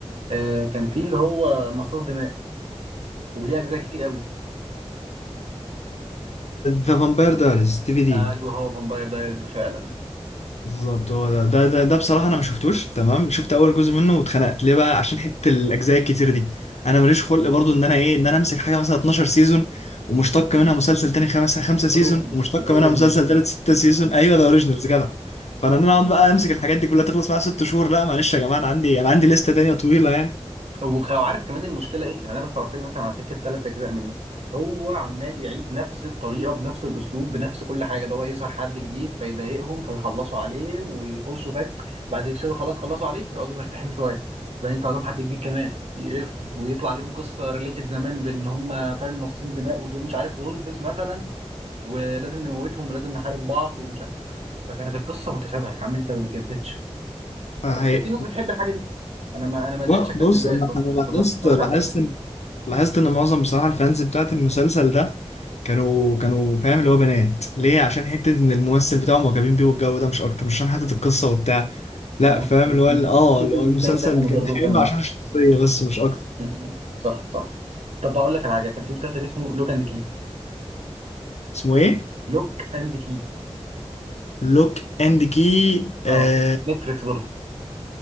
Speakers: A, on the right; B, on the left.
A: آه كان في اللي هو مصاص دماء وليه اجزاء كتير قوي
B: ذا فامباير دايريز دي في دي
A: ايوه هو فامباير دايرز ده فعلا
B: بالظبط هو ده ده ده, ده بصراحة أنا ما شفتوش تمام شفت أول جزء منه واتخنقت ليه بقى عشان حتة الأجزاء الكتير دي أنا ماليش خلق برضو إن أنا إيه إن أنا أمسك حاجة مثلا 12 سيزون ومشتق منها مسلسل تاني خمسة خمسة سيزون
A: اوريجينال
B: ومشتق
A: اللي هو
B: منها
A: اوريجينال
B: مسلسل تالت ستة سيزون أيوه ده أوريجينالز كده فأنا إن أنا أقعد بقى أمسك الحاجات دي كلها تخلص معايا ست شهور لا معلش يا جماعة أنا عندي أنا عندي لستة تانية طويلة يعني
A: وخ- وعارف كمان المشكله ايه يعني انا اتفرجت لي مثلا على سكه ثلاث اجزاء منه هو عمال يعيد نفس الطريقه بنفس الاسلوب بنفس كل حاجه اللي هو يظهر حد جديد فيضايقهم فيخلصوا عليه ويخشوا فاهم وبعد كده خلاص خلصوا عليه يقعدوا مرتاحين شويه بعدين يطلع لهم حد جديد كمان يقرفهم ويطلع ليهم قصه ريليتد زمان بان هم فاهم مصاصين دماء ودول مش عارف وولفز مثلا ولازم نموتهم ولازم نحارب بعض ومش عارف فكانت القصه متشابهه يا عم انت ما بتجددش
B: فهي
A: بس كانت في ناس بتحب الحاجه دي انا ما انا ما قدرتش
B: ب-
A: اكمل
B: بص
A: زيك
B: انا
A: برضه
B: انا لاحظت
A: يعني فضلت اتفرجت
B: لاحظت
A: على ده
B: ان لاحظت ان معظم بصراحه الفانز بتاعت المسلسل ده كانوا كانوا فاهم اللي هو بنات ليه عشان حته ان الممثل بتاعهم معجبين بيه والجو ده مش اكتر مش عشان حته القصه وبتاع لا
A: كان هو
B: فاهم اللي هو ال- اه
A: ستيفن
B: اللي هو المسلسل
A: والتاني ده كانوا
B: اللي كان
A: برضه
B: حلو
A: كانوا
B: عشان الشخصيه بس مش اكتر
A: م- م. صح صح طب بقول لك على حاجه كان في مسلسل اسمه لوك اند كي
B: اسمه ايه
A: لوك اند كي
B: لوك اند كي
A: اه
B: آه
A: نتفليكس برضه